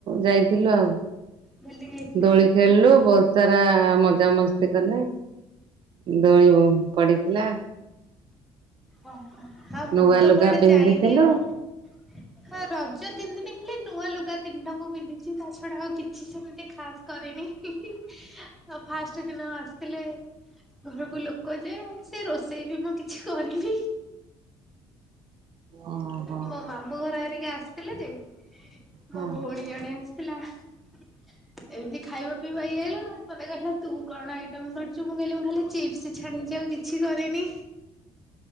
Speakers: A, on the right; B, in the centre.
A: ଯାଇଥିଲୁ ଆଉ।
B: ବୁଲି ଯାଇଥିଲି।
A: ଦୋଳି ଖେଳିଲୁ ବହୁତ ସାରା ମଜା ମସ୍ତି କଲେ। ଦୋଳି ପଡିଥିଲା।
B: ଓୋ ହଁ ମୁଁ
A: ନୂଆ
B: ତ
A: ଲୁଗା
B: କୁଆଡେ
A: ପିନ୍ଧିଥିଲୁ।
B: ଯାଇନି ଆଉ। ହଁ ରଜ ତିନି ଦିନ ଖାଲେ ନୂଆ ଲୁଗା ତିନିଟା ମୁଁ ପନ୍ଧିଛି ତା ଛଡା ଆଉ କିଛି ସେମିତି ଖାସ୍ କରେନି ଇ ହିଁ ହି ଫାଷ୍ଟ ଦିନ ଆସିଥିଲେ ଘରକୁ ଲୋକ ଯେ ସେ ରୋଷେଇ ବି ମୁଁ କିଛି କରିନି।
A: ଓହୋ
B: ମୋ ମାମୁଁ ଘର ଏରିକି ଆସିଥିଲେ ଯେ ମୋ
A: ହଁ।
B: ଭଉଣୀ ଜଣେ ଆସିଥିଲା ଏମିତି ଖାଇବା ଭାଇ ଆଇଲା ମତେ କହିଲା ତୁ କଣ ଆଇଟମ୍ କରିୁଛୁ ମୁଁ କହିଲି ମୁଁ ଖାଲି ଚିପ୍ସ ଛାଣିଛି ଆଉ କିଛି କରିନି।